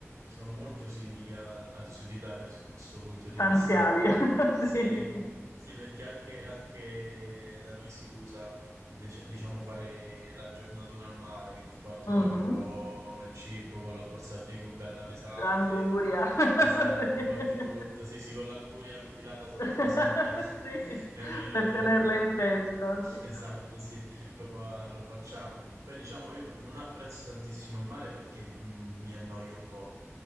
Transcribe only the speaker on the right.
sono molto simili al, al Sud Italia su questo punto di
vista.
Sì,
sì, perché anche, anche da noi si usa, dic- diciamo, fare la giornatona al mare, che ti porti
proprio il cibo con la borsa frigo bella pesante.
Esatto,
porti tutto, sì, sì, con l'anguria infilata sotto
la sabbia
<laughs> ai primi metri
di mare.
Esatto, sì, lo, fa- lo facciamo. Poi diciamo, io non, non apprezzo tantissimo il mare perché mm, mi annoio un po',